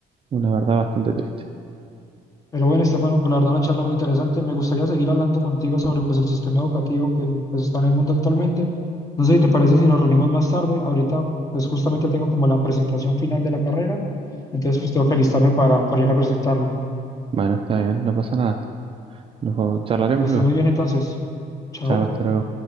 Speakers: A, on the right; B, on the left.
A: una verdad bastante triste.
B: Pero bueno, Estefano, pues la verdad una charla muy interesante. Me gustaría seguir hablando contigo sobre pues el sistema educativo que pues está en el mundo actualmente. No sé si te parece si nos reunimos más tarde. Ahorita pues justamente tengo como la presentación final de la carrera, entonces pues tengo que alistarme para, para ir a presentarla.
A: Bueno, está bien, no pasa nada. Nos charlaremos
B: Que estés
A: luego.
B: muy bien entonces. Chao.
A: Chao, hasta luego.